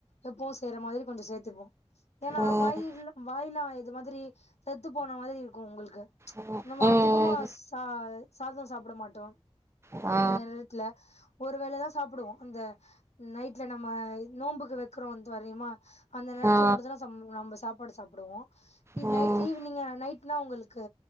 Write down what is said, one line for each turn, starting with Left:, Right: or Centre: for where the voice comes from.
Left: எப்போவும் செய்யற மாதிரி கொஞ்சம் சேத்திப்போம் ஏன்னா
Right: ம்
Left: வாயில் வாயலாம் ஆய் இந்த மாதிரி செத்து போன மாதிரி இருக்கும் உங்களுக்கு
Right: ம்
Left: நம்ம
Right: ம்
Left: அதிகமா ச சாதம் சாப்பிட மாட்டோம்
Right: ஆ
Left: அந்த நேரத்துல ஒருவேளதான் சாப்பிடுவோம் அந்த நைட்ல நம்ம நோன்ம்புக்கு வெக்கிறோம் தொரயிமா அந்த நேரத்துல
Right: ஆ
Left: மட்டும் தான் நம்ப சாப் போட்டு சாப்பிடுவோம்
Right: ம்
Left: நைட் ஈவினிங் அ நைட் னா உங்களுக்கு